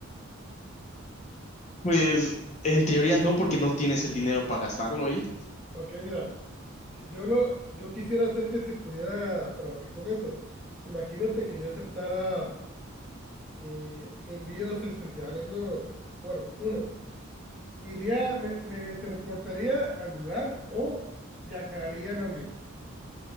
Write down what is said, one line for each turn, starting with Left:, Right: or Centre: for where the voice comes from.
Left: Pues en teoría no, porque no tienes el dinero para gastarlo ahí.
Centre: Ok, mira, yo lo, yo quisiera hacer que se pudiera trabajar con eso. Imagínate que yo aceptara eh, envíos especiales, ¿no? Bueno, uno, iría, me, me teleportaría al lugar o viajaría en avión.